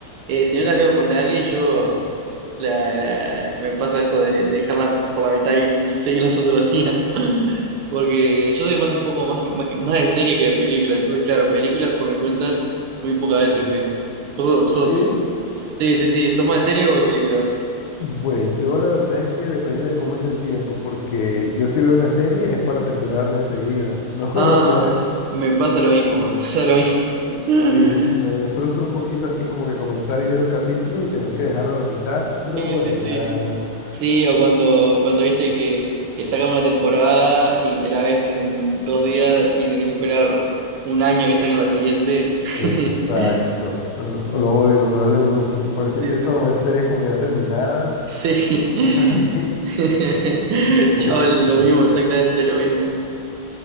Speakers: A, on the right; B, on the left.
A: eh, si no las veo con alguien, yo. La, la- me pasa eso de, de dejarlas por la mitad y seguirlas otro día. <laughs> Porque yo soy más un poco más, más, que- más de serie que de película. Entonces, claro, películas por mi cuenta muy pocas veces miro. Vos sos, sos-
B: Sí,
A: Sí, sí, sí. ¿Sos más de serie o de película?
B: Pues yo la verdad es que depende de cómo esté el tiempo, porque yo si veo una serie es para terminarla enseguida. <laughs>
A: Ah,
B: No, no es,
A: me pasa lo mismo, me <laughs> pasa lo mismo. <laughs>
B: sí, es un- me frustra un poquito así como que comenzar y ver un capítulo y tener que dejarlo a la mitad. No,
A: Sí, sí,
B: hermano,
A: sí. Sí, o cuando, cuando viste que, que sacan una temporada y te la ves en dos días y tenés que esperar un año que saquen la siguiente.
B: exacto.
A: <laughs>
B: no, lo odio, lo peor del mundo. Y por
A: Sí,
B: eso intento
A: sí, sí.
B: ver series como ya terminadas
A: Sí.
B: o cosas <laughs> así,
A: <laughs>
B: porque
A: Yo lo mismo, exactamente lo mismo.